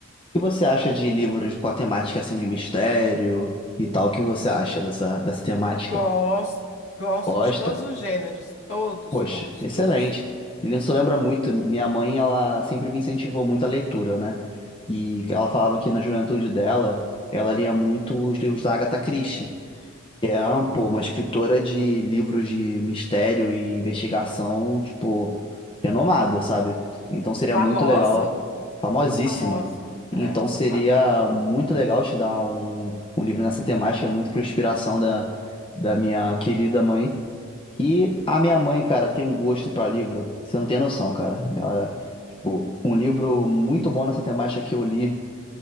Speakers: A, on the left; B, on the left.
A: O que você acha de livros com a temática assim de mistério e tal? O que você acha dessa, dessa temática?
B: Gosto, gosto
A: Gosta?
B: de todos os gêneros, todos,
A: Poxa,
B: todos,
A: excelente.
B: todos.
A: E isso lembra muito, minha mãe, ela sempre me incentivou muito a leitura, né? E ela falava que na juventude dela, ela lia muito os livros da Agatha Christie. É, pô, uma escritora de livros de mistério e investigação, tipo, renomada, sabe? Então seria
B: Famosa,
A: muito legal, famosíssima.
B: muito famosa, é,
A: Então
B: exatamente.
A: seria muito legal te dar um, um livro nessa temática, muito por inspiração da, da minha querida mãe. Que a minha mãe, cara, tem um gosto pra livro, você não tem noção, cara. Ela, tipo, um livro muito bom nessa temática que eu li.